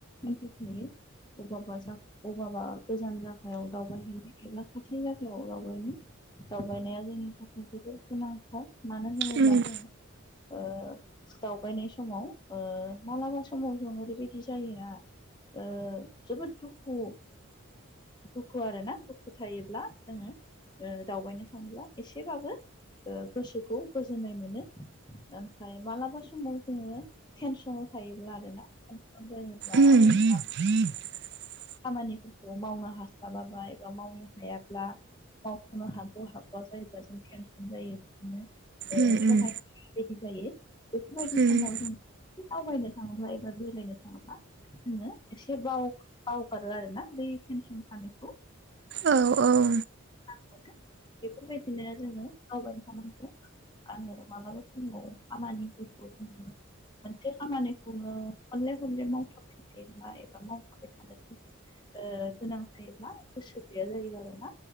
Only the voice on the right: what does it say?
उम
उम
उम
<inaudible>
उम
उम
उम
औ औ